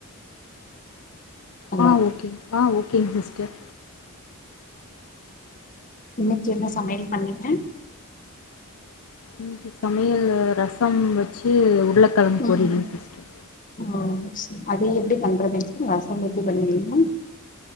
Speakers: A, on the left; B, on the left.
A: ஹலோ
B: ஆ ஓகேங்க ஆ ஓகேங்க சிஸ்டர்
A: இன்னைக்கு என்ன சமையல் பண்ணீங்க
B: இன்னைக்கு சமையல் ரசம் வச்சு உருளைக்கிழக்கு
A: ம்
B: போடிமாஸ் சிஸ்டர்
A: ஓ அது எப்டி பண்றதுங்க மேம் ரசம் எப்டி பண்ணுவீங்க மேம்